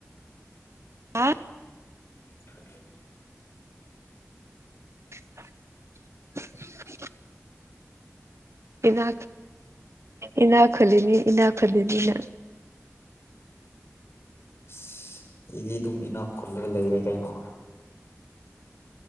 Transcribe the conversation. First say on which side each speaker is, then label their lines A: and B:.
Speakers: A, on the right (about 60°); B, on the left (about 55°).
A: ꯍꯥ
B: ꯑ
A: <unintelligible> ꯏꯅꯥ ꯏꯅꯥ ꯈꯨꯜꯂꯤꯅꯤ ꯏꯅꯥ ꯈꯨꯜꯂꯤꯅꯤꯅ
B: ꯑꯁ ꯏꯗꯤ ꯑꯗꯨꯝ ꯏꯅꯥꯛ ꯈꯨꯜꯂꯒ ꯂꯩꯔꯦ ꯀꯩꯅꯣ